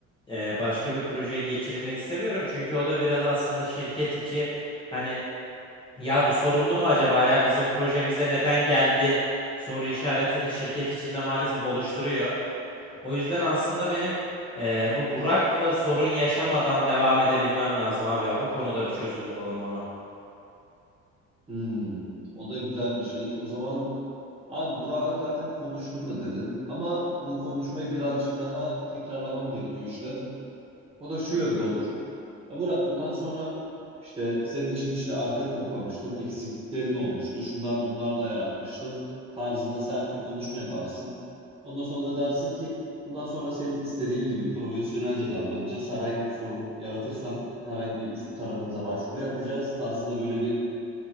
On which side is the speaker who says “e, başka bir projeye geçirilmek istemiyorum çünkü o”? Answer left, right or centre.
Left